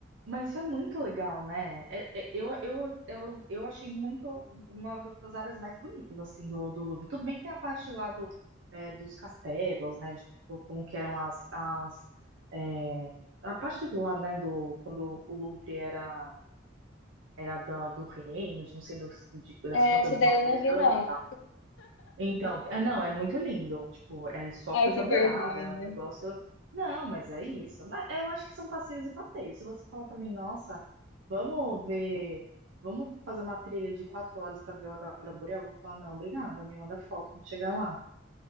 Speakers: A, on the right (about 75°); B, on the left (about 75°).
A: Mas isso é muito legal, né? É- é- eu, eu, eu, eu achei muito uma das áreas mais bonitas, assim, do, do Louvre. Tudo bem que tem a parte lá do, é, dos castelos, né? De tipo, como que eram as... as é, a parte do lá, né? Do, quando o Louvre era, era da, do reino, de não sei dos- de, das
B: É,
A: contas
B: isso
A: do
B: daí
A: Napoleão,
B: eu não vi, não.
A: então, é, não, é muito lindo. Tipo, é só
B: Ai,
A: coisa
B: que
A: dourada,
B: vergonha.
A: é um negócio. Não, mas é isso. Mas é, eu acho que são passeios e passeios. Se você falar pra mim, nossa, vamos ver, vamos fazer uma trilha de quatro horas pra ver a aurora boreal, eu vou falar, não, obrigada, me manda foto quando chegar lá. <laughs>